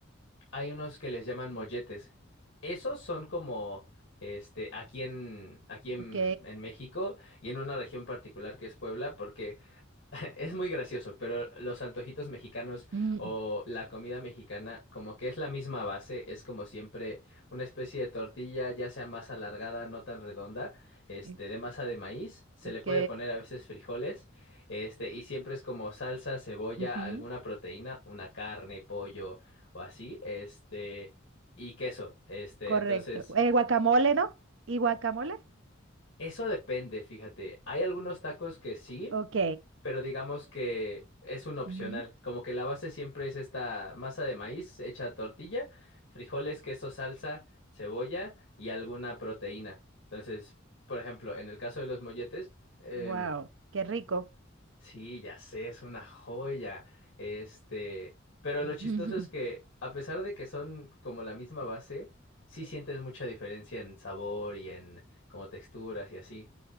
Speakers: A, on the left (about 65°); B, on the right (about 70°).
A: Hay unos que les llaman molletes. Esos son como, este, aquí en, aquí en,
B: Ok,
A: en México y en una región particular que es Puebla, porque <laughs> Es muy gracioso, pero los antojitos mexicanos
B: Mm,
A: o la comida mexicana, como que es la misma base, es como siempre una especie de tortilla, ya sea más alargada, no tan redonda, este,
B: eh,
A: de masa de maíz, se
B: ok,
A: le puede poner a veces frijoles, este, y siempre es como salsa, cebolla,
B: ujú,
A: alguna proteína, una carne, pollo o así, este, y queso, este,
B: correcto.
A: entonces,
B: Eh, guacamole, ¿no? ¿Y guacamole?
A: eso depende, fíjate, hay algunos tacos que sí.
B: Ok,
A: pero digamos que es un opcional.
B: ujú.
A: Como que la base siempre es esta masa de maíz hecha tortilla, frijoles, queso, salsa, cebolla y alguna proteína. Entonces, por ejemplo, en el caso de los molletes, em,
B: wow, qué rico.
A: sí, ya sé, es una joya. Este, pero
B: <laughs>
A: lo chistoso es que a pesar de que son como la misma base, sí sientes mucha diferencia en sabor y en como texturas y así